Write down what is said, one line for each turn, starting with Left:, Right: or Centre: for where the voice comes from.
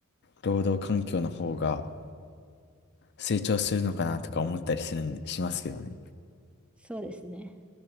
Left: 労働環境の方が成長するのかなとか思ったりするん、しますけどね。
Centre: そうですね。